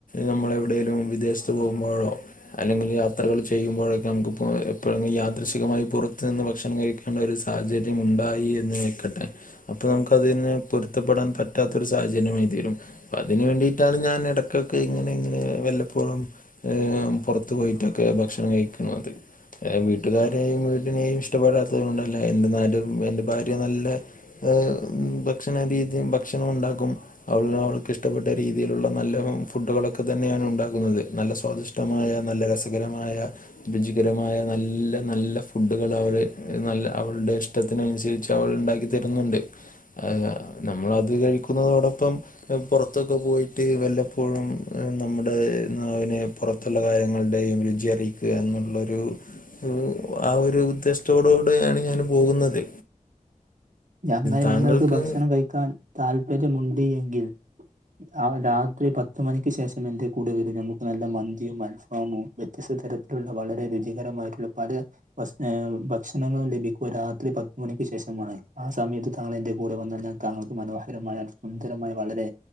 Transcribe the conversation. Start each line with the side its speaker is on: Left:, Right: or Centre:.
Left: നമ്മളെവിടേലും വിദേശത്ത് പോകുമ്പോഴോ അല്ലെങ്കിൽ യാത്രകൾ ചെയ്യുമ്പോഴൊക്കെ നമുക്ക്പ്പോ എപ്പോഴെങ്കിലും യാദൃശികമായി പുറത്തു നിന്ന് ഭക്ഷണം കഴി ക്കണ്ടൊരു സാഹചര്യം ഉണ്ടായി എന്ന് വെക്കട്ടെ അപ്പൊ നമുക്ക് അതിനെ പൊരുത്തപ്പെടാൻ പറ്റാത്തൊരു സാഹചര്യമായി തീരും. പ്പതിന് വേണ്ടിയിട്ടാണ് ഞാൻ എട ക്കൊക്കെ ഇങ്ങനെ ഇങ്ങനെ വല്ലപ്പോഴും ഇഹ്‌ പുറത്തു പോയിട്ടൊക്കെ ഭക്ഷണം കഴിക്ക്ന്നത് ഏഹ്., വീട്ടുകാരെയും വീടിനെയും ഇഷ്ടപ്പെടാത്തത്കൊണ്ടല്ല എന്തെന്നാലും എന്റെ ഭാര്യ നല്ല ആഹ് ഭക്ഷണ രീതിയും ഭക്ഷണമുണ്ടാക്കും അവനവർക്കിഷ്ടപ്പെട്ട രീതിയിലുള്ള നല്ല ഫുഡുകളൊക്കെ തന്നെയാണ് ഉണ്ടാക്കുന്നത്. നല്ല സ്വാദിഷ്ടമായ നല്ല രസകരമായ രുചികരമായ നല്ല നല്ല ഫുഡുകൾ അവര് നല്ല അവളുടെ ഇഷ് ഷ്ടത്തിനനുസരിച്ച് അവൾ ഇണ്ടാക്കി തരുന്നുണ്ട് അഹ്‌ അഹ് നമ്മളത് കഴിക്കുന്നതോടൊപ്പം ഇഹ്‌ പുറത്തൊക്കെ പോയിട്ട് വല്ല പ്പോഴും നമ്മുടെനാവിനെ പുറത്തുള്ള കാര്യങ്ങളുടെയും രുചി അറിയിക്കുക എന്നുള്ളൊരു രു ആഹ് ഒരു ഉദ്ദേശത്തോടു കൂടെയാണ് ഞാൻ പോകുന്നത്
Right: ഞങ്ങനെ
Left: താങ്കൾക്ക്
Right: നിങ്ങൾക്ക് ഭക്ഷണം കഴിക്കാൻ താല്പര്യമുണ്ട് എങ്കിൽ ആഹ്, രാത്രി പത്ത് മണിക്ക് ശേഷം എന്റെ കൂടെ വരൂ ന്നമ്മുക്ക് നല്ല മന്തിയും അൽഫാമും വ്യത്യസ്ത തരത്തിലുള്ള വളരെ രുചികരമായിട്ടുള്ള പല <unintelligible> ഭക്ഷണങ്ങളും ലഭിക്കുക രാത്രി പത്തുമണിക്ക് ശേഷ മാണ്. ആ സമയത്ത് താങ്കൾ എന്റെ കൂടെ വന്നാൽ ഞാൻ താങ്കൾക്ക് മനോഹരമായ സുന്ദരമായ വളരെ